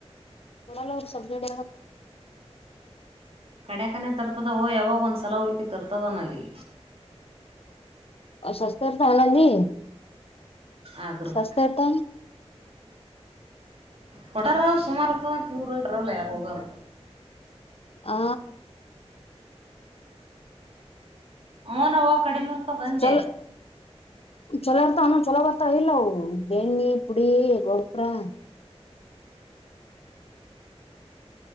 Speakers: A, on the left (about 60°); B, on the right (about 60°).
A: ಕೊಡಲ್ಲ ಅವ್ರ್ ಸಬ್ಸಿಡಿಯಾಕ್
B: ಕಡೆಕನೆ ತರ್ತದವು ಯಾವಾಗ್ ಒಂದ್ಸಲ ಹೊಯ್ ತರ್ತದನಲ್ಲಿ.
A: ಅ ಸಸ್ತರ್ತನಲ್ಲಿ
B: ಆಗ್ರಕ್
A: ಸಸ್ತೆರ್ತ.
B: ಕೊಡಾರಾವ್ ಸುಮಾರಿತದ ಇವ್ರ್ ಬರಲ್ಲ ಯಾರ್ ಹೋಗಾರ.
A: ಆ
B: ಹುನವ್ವ ಕಡಿಮೆ ಇರ್ತದ್ ಅಂದೆ.
A: ಚಲ ಚಲೋ ಆರ್ತವೆನ್ ಚೊಲೋ ಬರ್ತ ಇಲ್ಲವು ಬೆಣ್ಣಿ ಪುಡಿ ಗೊಬ್ಬರ.